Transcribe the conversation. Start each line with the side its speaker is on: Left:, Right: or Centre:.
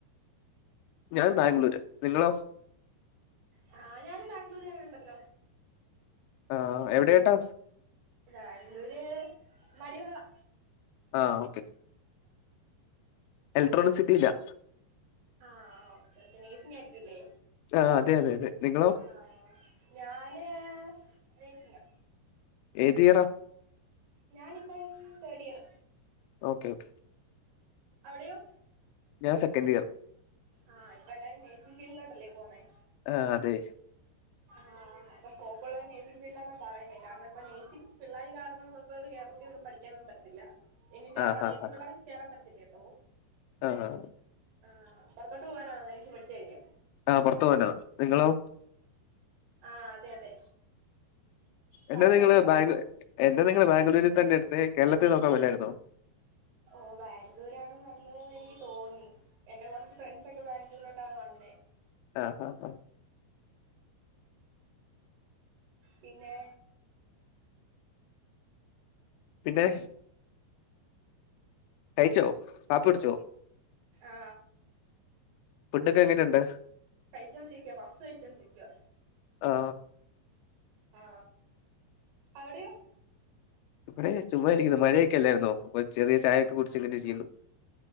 Left: ഞാൻ ബാംഗ്ലൂര് നിങ്ങളോ
Right: ആ ഞാനും ബാംഗ്ലൂര് തന്നെ ഒ ണ്ടല്ലോ
Left: ആ എവിടെയായിട്ടാ
Right: ആ ബാംഗ്ലൂര് മടിവാളാ
Left: ആ ഓക്കേ എലക്ട്രോണി സിറ്റിയിലാ
Right: ആ ഓക്കെ ഇപ്പോ നഴ്സിംഗ് ആയിരിക്കുമെല്ലേ
Left: ആ അതെ അതെ അതെ നിങ്ങളോ
Right: ആ ആ ആ ഞാന് നേഴ്സിങ്ങാ
Left: ഏത് ഇയറാ
Right: ഞാനിപ്പം തേർഡ് ഇയറ്
Left: ഓക്കെ ഓക്കെ
Right: അവിടെയോ
Left: ഞാൻ സെക്കൻഡ് ഇയർ
Right: ആ ഇപ്പൊ എല്ലാരും നഴ്സിങ്ങിന് ഫീൽഡിലോട്ടല്ലേ പോന്നേ
Left: ആ അതെ
Right: ആ ആ ഇപ്പോൾ സ്കോപ്പ് ഉള്ളത് നഴ്സിംഗ് ഫീൽഡിലാന്നാ പറയുന്നെ കാരണം നഴ്സിംഗ് പിള്ളാര് കാരണം ഇപ്പോ ഒന്നും കേരളത്തില് ഒന്നും പഠിക്കാൻ ഒന്നും പറ്റത്തില്ല ഇനി കേറാൻ
Left: ആ ഹാ
Right: നേഴ്സിംഗ്
Left: ഹാ
Right: പിള്ളേർക്ക് കേറാൻ പറ്റത്തില്ലേ ഓ
Left: ആ ആ
Right: ആ ആ പൊറത്തോട്ട് പോകാനാണോ നേഴ്സിങ് പഠിച്ചുകഴിഞ്ഞ്
Left: ആ പൊറത്തു പോവാന നിങ്ങളോ
Right: ആ അതെ അതെ ഭാഗ്യം
Left: എന്നെ നിങ്ങള്
Right: ഉണ്ടെങ്കി പോവും
Left: ബാംഗിൾ എന്നെ നിങ്ങൾ ബാംഗ്ളൂർ തന്നെ ഇടണേ കേരളത്തിൽ നോക്കാൻ പറ്റില്ലായിരുന്നോ
Right: ഓ ബാഗ്ലൂരാണ് നല്ലതെന്നു എനിക്ക് തോന്നി എന്റെ കുറച്ചു ഫ്രണ്ട്‌സ് ഒക്കെ ബാംഗ്ലൂരിലോട്ട വന്നെ
Left: ആ ആ
Right: പിന്നെ
Left: പിന്നെ കഴിച്ചോ കാപ്പി കുടിച്ചോ
Right: ആ
Left: ഫുഡോക്കെ എങ്ങനെ ഉണ്ട്
Right: കഴിച്ചോണ്ടിരിക്കാ പപ്സ് കഴിച്ചോണ്ടിരിക്കാ
Left: ആ
Right: ആ അവിടെയോ
Left: ഇവിടെ ചുമ്മരിക്കുന്നു മഴയൊക്കെല്ലായിരുന്നോ ചെറിയ ചായയൊക്കെ കുടിച്ച് ഇങ്ങനിരിക്കുന്നു